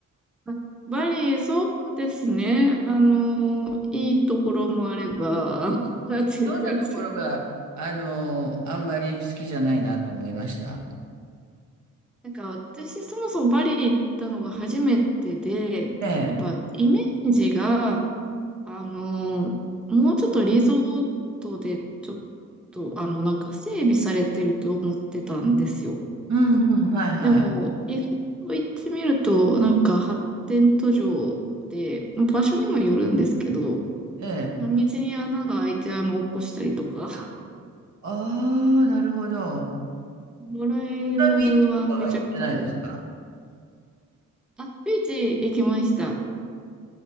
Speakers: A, in the centre; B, on the right (about 65°).
A: あバリ、そうですね。あの、いいところもあれば、<laughs> なんていう感じ。
B: どんなところが、あのー、あんまり好きじゃないなと思いました。
A: なんか私、そもそもバリ行ったのが初めてで、
B: ええ。
A: やっぱイメージが、あの、もうちょっとリゾートで、ちょっと、あの、なんか整備されてると思ってたんですよ。
B: うんうん、はいはい。
A: でも、意外と行ってみると、なんか発展途上で、場所にもよるんですけど、
B: ええ。
A: 道に穴が開いて、あの、落っこしたりとか。
B: ああ、なるほど。
A: 野良犬はめちゃくちゃ、
B: タービーチとかは行ってないですか
A: あ、ビーチ行きました。